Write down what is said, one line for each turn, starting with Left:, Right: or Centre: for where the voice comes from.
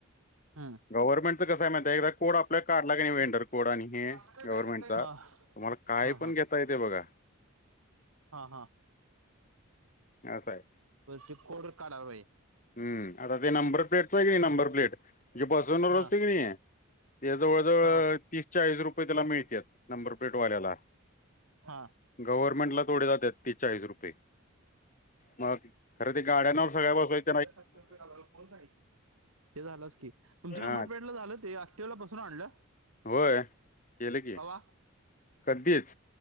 Right: हम्म
Left: गव्हर्नमेंटचा कस आहे म्हणत एकदा कोड आपल्या काढला की नाही वेंडर कोड आणि हे
Right: हा
Left: गव्हर्नमेंट चा
Right: हा
Left: तुम्हाला काय
Right: हा
Left: पण घेता येते बघा
Right: हा हा
Left: असं आहे
Right: व कोर्डर काढालाय
Left: हम् आता ते नंबर प्लेटच आहे की नाही नंबर प्लेट म्हणजे बसवून
Right: हा
Left: रजते की नाही ते जवळजवळ
Right: हा
Left: तीस चाळीस रुपये त्याला मिळते नंबर प्लेट वाल्याला
Right: हा
Left: गव्हर्नमेंट ला थोडे जात त तेसचाळीस रुपये मग खरं ते गाड्यांवर सगळ्या बसवायच
Right: सातशे रुपयेभ करून झा ते झालंच की तुमच्या
Left: हा
Right: नंबर प्लेट ला झालं ते क्टिवला पासून आणलं
Left: होय केलं की
Right: कवा
Left: कधीच